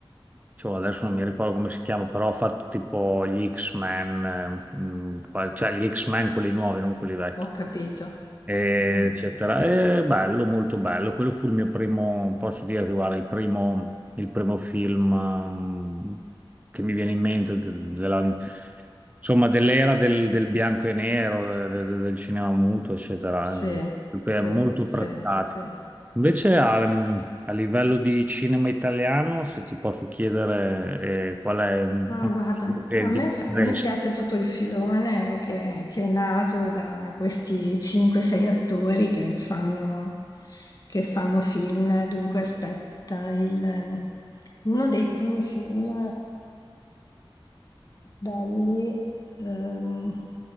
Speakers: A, on the right; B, on the left.
A: cioè, adesso non mi ricordo come si chiama, però ha fatto tipo gli X-Men, eh, mm, qual- cioè gli X-Men quelli nuovi, non quelli vecchi
B: ho capito.
A: eh,
B: Mm,
A: eccetera. È bello, molto bello. Quello fu il mio primo, posso dirti, guarda, il primo, il primo film ehm, che mi viene in mente de- della, insomma, dell'era del, del bianco e nero, de- de- de- del cinema muto, eccetera.
B: Sì,
A: Ehm, super-
B: sì,
A: Molto
B: sì,
A: prezzati.
B: sì.
A: Invece a, a livello di cinema italiano, se ti posso chiedere eh, qual è un,
B: No,
A: un
B: guarda,
A: film che
B: a me, fa-
A: diresti?
B: mi piace tutto il filone che, che è nato da questi 5-6 attori che fanno, che fanno film. Dunque, aspetta, il- uno dei primi film belli ehm,